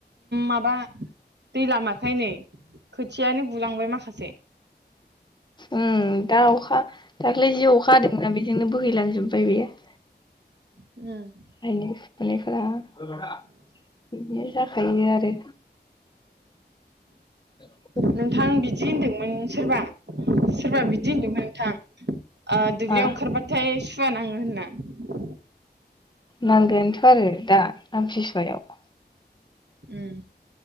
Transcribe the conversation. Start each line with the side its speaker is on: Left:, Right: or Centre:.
Right: माबा दै लामाखाय नै खोथियानो गुलांबाय माखासे ।
Left: ओम दा अखा दाख्लै जि अखा हादोंना बेजोंनो बोहैलांजोब उफाय गैया ।
Right: ओम ।
Left: गायनाय सुनाया फोरा बिदिनो जाखायो आरो ।
Right: नोंथां बिदि होनदोंमोन सोरबा सोरबा बिदि होनदोंमोन नोंथां । ओ दुब्लियाव
Left: मा
Right: अओंखारबाथाय सु सुवा नाङो होन्ना ।
Left: नांगोनथ' आरो दा आमथि सुवायाव ।
Right: ओम